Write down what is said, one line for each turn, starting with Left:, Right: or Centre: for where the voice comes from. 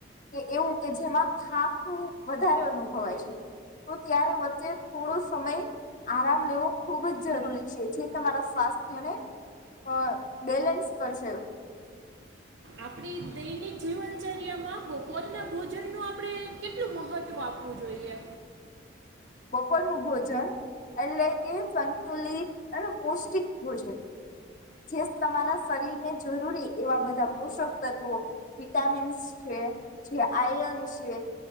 Left: કે એવું કે જેમાં થાકું વધારે અનુભવાય છે. તો ત્યારે વચ્ચે થોડો સમય આરામ લેવો ખૂબ જ જરૂરી છે જે તમારા સ્વાસ્થ્યને. હા બેલેન્સ કરશે.
Right: આપણી દૈનિક જીવનચર્યામાં બપોરના ભોજનનું આપણે કેટલું મહત્ત્વ આપવું જોઈએ.
Left: બપોરનું ભોજન એટલે કે સંતુલિત અને પૌષ્ટિક ભોજન. જે તમારા શરીરને જરૂરી એવા બધા પોષક તત્વો વિટામિન્સ છે જે આયન છે